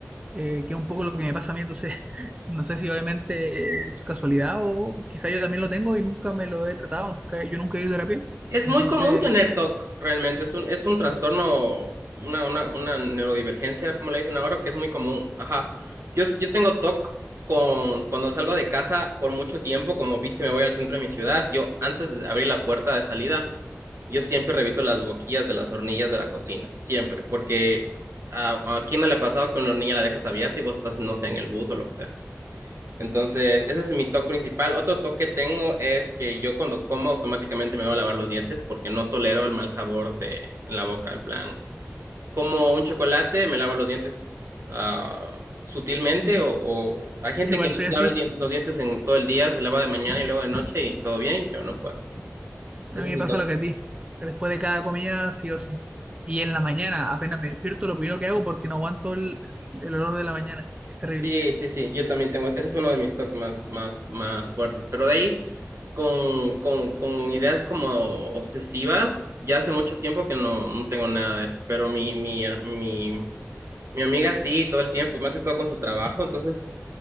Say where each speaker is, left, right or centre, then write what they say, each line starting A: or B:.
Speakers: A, on the right (about 25°); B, on the right (about 70°).
A: eh, que es un poco lo que me pasa a mí, entonces <laughs> no sé si obviamente es casualidad o quizá yo también lo tengo y nunca me lo he tratado, nunca, yo nunca he ido a terapia,
B: Es
A: entonces
B: muy común tener TOC, realmente. Es un, es un trastorno, una, una, una neurodivergencia, como le dicen ahora, que es muy común. Ajá. Yo, yo tengo TOC con, cuando salgo de casa por mucho tiempo, como viste, me voy al centro de mi ciudad. Yo, antes de abrir la puerta de salida, yo siempre reviso las boquillas de las hornillas de la cocina, siempre, porque a, a quién no le ha pasado que una hornilla la dejas abierta y vos estás, no sé, en el bus o lo que sea. Entonces, ese es mi toque principal. Otro toque que tengo es que yo cuando como automáticamente me voy a lavar los dientes porque no tolero el mal sabor de en la boca. En plan, como un chocolate, me lavo los dientes ah, sutilmente
A: <laughs> yo
B: o, o hay gente
A: igual
B: que no
A: soy
B: se
A: así,
B: lava el dien- los dientes en todo el día, se lava de mañana y luego de noche y todo bien. Yo no puedo.
A: a
B: Ese
A: mí
B: es
A: me
B: mi
A: pasa
B: toque.
A: lo que a ti, que después de cada comida sí o sí, y en la mañana apenas me despierto lo primero que hago porque no aguanto el, el olor de la mañana, es terrible.
B: Sí, sí, sí, yo también tengo, ese es uno de mis toques más, más, más fuertes, pero de ahí con, con, con ideas como obsesivas, ya hace mucho tiempo que no, no tengo nada de eso, pero mi, mi, her- mi, mi amiga sí, todo el tiempo, y más que todo con su trabajo. Entonces,